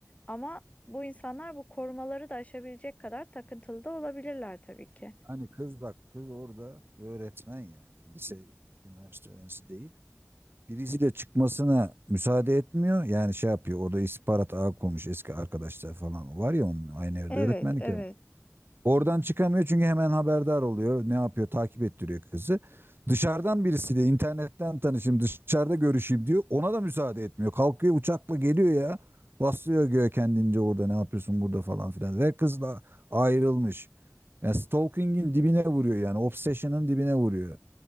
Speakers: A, on the left; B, on the right.
A: Ama bu insanlar bu korumaları da aşabilecek kadar takıntılı da olabilirler tabii ki.
B: Hani kız bak kız orada öğretmen yani lise üniversite öğrencisi değil. birisiyle çıkmasına müsaade etmiyor. Yani şey yapıyor orada istihbarat ağı kurmuş eski arkadaşlar falan var ya onun aynı evde
A: Evet,
B: öğretmenlik
A: evet.
B: yap. Oradan çıkamıyor çünkü hemen haberdar oluyor. Ne yapıyor? Takip ettiriyor kızı. Dışarıdan birisiyle internetten tanışayım, dışarıda görüşeyim diyor. Ona da müsaade etmiyor. Kalkıyor uçakla geliyor ya. Basıyor göğe kendince orada ne yapıyorsun burada falan filan. Ve kızla ayrılmış. Yani stalking'in dibine vuruyor yani. Obsession'ın dibine vuruyor.